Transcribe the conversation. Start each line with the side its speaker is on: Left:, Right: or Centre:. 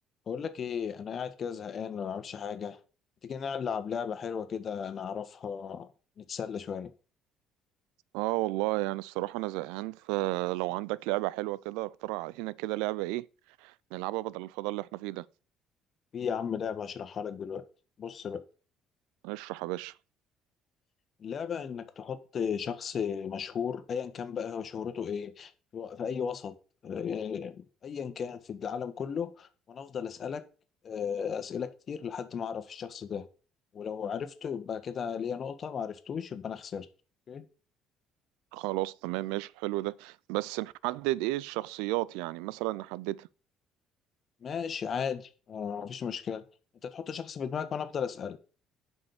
Left: بقول لك ايه انا قاعد كده زهقان ما بعملش حاجه تيجي نلعب لعبه حلوه كده انا اعرفها نتسلى شويه
Right: اه والله يعني الصراحة أنا زهقان فلو عندك لعبة حلوة كده اقترح علينا كده لعبة إيه نلعبها بدل الفضاء اللي إحنا فيه ده
Left: في يا عم لعبه هشرحها لك دلوقتي بص بقى
Right: اشرح يا باشا
Left: اللعبه انك تحط شخص مشهور ايا كان بقى هو شهرته ايه في في اي وسط آه، ايا كان في العالم كله وانا افضل اسالك آه، اسئله كتير لحد ما اعرف الشخص ده ولو عرفته يبقى كده ليا نقطه ما عرفتوش يبقى انا خسرت أوكي؟
Right: خلاص تمام ماشي حلو ده بس نحدد إيه الشخصيات يعني مثلا نحددها
Left: ماشي عادي آه، مفيش مشكله انت تحط شخص في دماغك وانا افضل اسالك